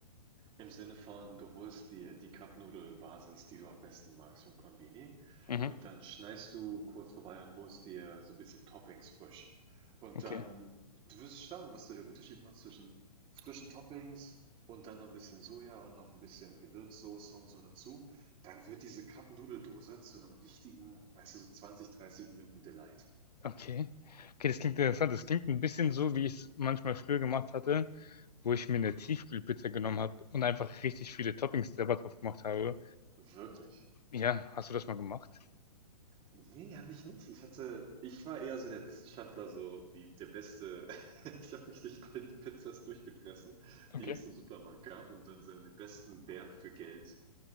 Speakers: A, on the right; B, on the left.
A: Im Sinne von, du holst dir die Cup-Nudel-Basis, die du am besten magst vom Konbini
B: Mhm.
A: und dann schneidest du kurz vorbei und holst dir so ein bisschen Toppings frisch. Und
B: Okay.
A: dann du wirst staunen, was du der Unterschied machst zwischen frischen Toppings und dann noch ein bisschen Soja und noch ein bisschen Gewürzsoße und so dazu. Dann wird diese Cup-Nudeldose zu einem richtigen, weißt du, so 20, 30 Minuten Delight.
B: Okay. Okay, das klingt interessant. Das klingt ein bisschen so, wie ich es manchmal früher gemacht hatte. wo ich mir eine Tiefkühlpizza genommen habe und einfach richtig viele Toppings selber drauf gemacht habe.
A: Wirklich.
B: Ja, hast du das mal gemacht?
A: Nee, habe ich nicht. Ich hatte, ich war eher so der Wissenschaftler, so die, der Beste. <laughs> Ich habe mich durch all die Pizzas durchgefressen,
B: Okay.
A: die es im Supermarkt gab und dann so den besten Wert für Geld